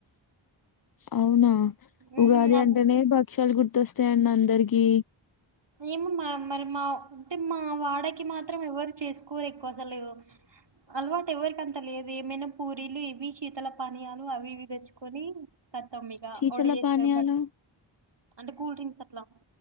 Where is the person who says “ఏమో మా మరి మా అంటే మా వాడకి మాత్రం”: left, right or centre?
Right